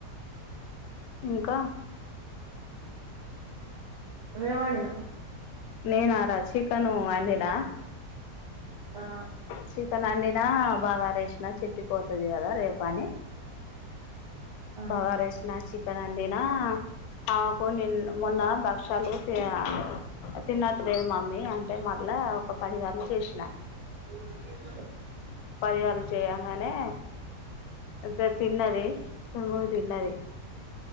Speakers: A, on the left; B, on the right.
A: ఇంకా.
B: ఏం వండినావు.
A: నేను రా చికెను వండినా.
B: ఆ
A: చికెను వండినా బగారా చేసినా చెట్టి పోతది కదా రేపా అని.
B: ఆహా
A: బాగారా చేసిన చికెను వండినా. నాకు నిన్న మొన్న భక్షలు తీ ఆహ్ తిన్నట్టు లేదు మమ్మీ అంటే మళ్ళా. ఒక పదిగం చేష్న
B: <unintelligible>
A: పదిగల చెయ్యంగనే అంతె తిన్నది ప మూడు తిన్నది